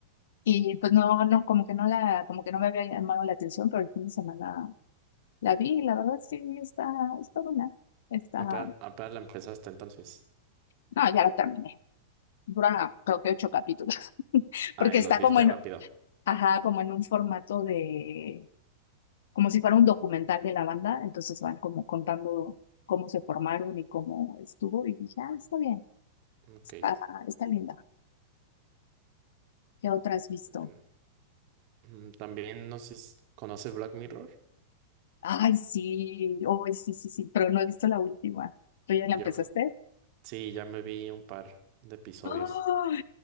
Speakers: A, on the left; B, on the right.
A: Y pues no, no, como que no la, como que no me había llamado la atención, pero el fin de semana la vi, y la verdad sí, está, está buena. Está,
B: Apenas, apenas la empezaste entonces.
A: no, ya la terminé. Dura creo que ocho capítulos, <laughs>
B: Ah,
A: porque
B: y
A: está
B: los viste
A: como en,
B: rápido.
A: ajá, como en un formato de, como si fuera un documental de la banda, entonces van como contando cómo se formaron y cómo estuvo, y dije, ah, está bien,
B: Ok.
A: está, está linda. ¿Qué otra has visto?
B: bien. Mm, También no sé, si- ¿conoces Black Mirror?
A: Ay, sí, hoy sí, sí, sí, pero no he visto la última. ¿Tú ya la
B: Yo
A: empezaste?
B: ju- sí, ya me vi un par de episodios.
A: ¡Ay!